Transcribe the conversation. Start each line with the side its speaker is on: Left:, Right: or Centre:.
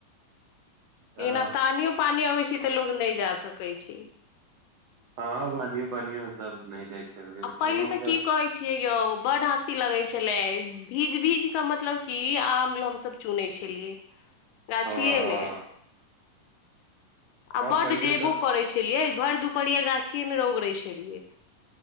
Right: हँ
Left: ईना तानियो पानी अवै छै तऽ लोग नहि जा सकै छै
Right: हँ पानियो पानियो सब नहि जाइ छै
Left: आ
Right: कोनो
Left: पहिले तऽ
Right: के
Left: की कहे छियै यौ बड हँसी लगे छै छलै भीज भीज के मतलब की आम हमस चुनै छलियै गाछियेमे
Right: हँ हँ
Left: आ
Right: हँ
Left: बड
Right: पहिले
Left: जे
Right: सब
Left: बो करै छी भर दुपहरिया गाछि मे ओगरय छलियै